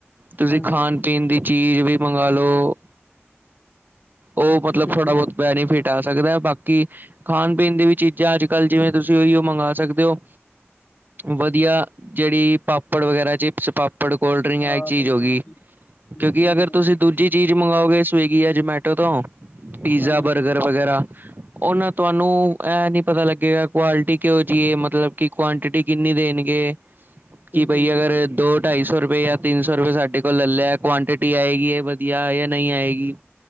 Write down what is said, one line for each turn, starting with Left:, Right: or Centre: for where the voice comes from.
Right: ਤੁਸੀਂ
Left: ਹਾਂਜੀ
Right: ਖਾਣ-
Left: ਹਾਂਜੀ
Right: ਪੀਣ ਦੀ ਚੀਜ਼ ਵੀ ਮੰਗਾਲਓ। ਉਹ ਮਤਲਬ
Left: ਬਿਲਕੁਲ
Right: ਥੋੜਾ- ਬਹੁਤ
Left: ਜੀ
Right: ਬੈਨੀਫਿਟ ਟਾ ਸਕਦਾ ਬਾਕੀ, ਖਾਣ- ਪੀਣ ਦੀ ਵੀ ਚੀਜ਼ਾਂ ਅੱਜ ਕੱਲ ਜਿਵੇਂ ਤੁਸੀਂ ਉਹੀਓ ਮੰਗਵਾ ਸਕਦੇ ਹੋ। ਵਧੀਆ, ਜਿਹੜੀ ਪਾਪੜ ਵਗੈਰਾ ਚਿਪਸ, ਪਾਪੜ, ਕੋਲਡ ਡਰਿੰਕ ਹੈ
Left: ਹਾਂ
Right: ਚੀਜ਼
Left: ਬਿਲਕੁਲ
Right: ਹੋ ਗਈ।
Left: ਬਿਲਕੁਲ
Right: ਕਿਉਂਕਿ ਅਗਰ
Left: ਬਿਲਕੁਲ
Right: ਤੁਸੀਂ ਦੂਜੀ ਚੀਜ਼ ਮੰਗਓਗੇ ਸਵੀਗੀ ਜਾਂ ਜਮੈਟੋ ਤੋਂ ਪੀਜ਼ਾ,
Left: ਹਾਂਜੀ
Right: ਬਰਗਰ
Left: ਹਾਂਜੀ
Right: ਵਗੈਰਾ ਉਹਨਾਂ ਤੁਹਾਨੂੰ, ਇਹ ਨਹੀਂ ਪਤਾ ਲੱਗੇਗਾ ਕੁਆਲਿਟੀ ਕਿਹੋ ਜਿਹੀ ਹੈ, ਮਤਲਬ ਕਿ ਕੁਆਂਆਂਟਿਟੀ ਕਿੰਨੀ ਦੇਣਗੇ।
Left: <inaudible>
Right: ਕਿ ਬਈ ਅਗਰ
Left: ਜੀ ਹਾਂਜੀ।
Right: ਦੋ ਢਾਈ ਸੌ ਰੁਪਏ ਜਾਂ ਤਿੰਨ ਸੌ ਰੁਪਏ ਸਾਡੇ ਕੋਲ ਲੈ ਲਿਆ ਕੁਆਂਟਿਟੀ ਆਏਗੀ ਵਧੀਆ ਜਾਂ ਨਹੀਂ ਆਏਗੀ।